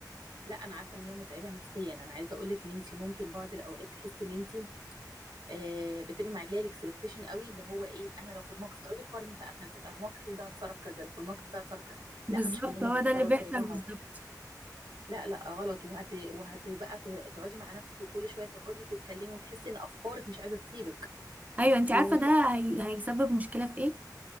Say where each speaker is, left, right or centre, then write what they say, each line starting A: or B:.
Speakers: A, on the right; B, on the right.
A: لا انا عارفه ان هي متعبه نفسيا انا عايزه اقول لك ان انت ممكن بعض الاوقات تحسي ان انت آه بتبقي معليه الاكسبكتيشن قوي اللي هو ايه انا لو في الموقف تقعدي تقارني بقى بنفسك انا الموقف ده هتصرف كذا لو في الموقف ده هتصرف كذا
B: بالظبط
A: لا مش كلنا
B: هو
A: بنتصرف
B: ده اللي بيحصل
A: زي بعض
B: بالظبط
A: لا لا غلط وهت... وهتبقى ت- تقعدي مع نفسك وكل شويه تقعدي تتكلمي وتحسي ان افكارك مش عايزه تسيبك
B: ايوه انت
A: وقولي
B: عارفة ده هي... هيسبب مشكلة في ايه